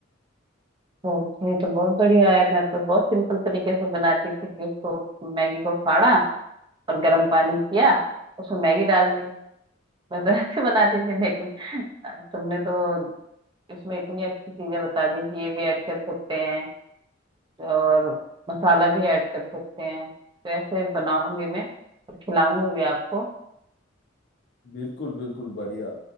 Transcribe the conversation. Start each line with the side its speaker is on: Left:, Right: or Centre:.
Right: तो ये तो बहुत बढ़िया है मैं तो बहुत सिंपल तरीके से बनाती थी कि उसको मैगी को फाड़ा और गर्म पानी किया उसमें मैगी डाल दी मैं तो ऐसे बनाती थी लेकिन अ, तुमने तो उसमें इतनी अच्छी चीजें बता दी कि ये भी ऐड कर सकते हैं और मसाला भी ऐड कर सकते हैं तो ऐसे बनाऊंगी मैं और खिलाऊंगी भी आपको
Left: बिल्कुल बिल्कुल बढ़िया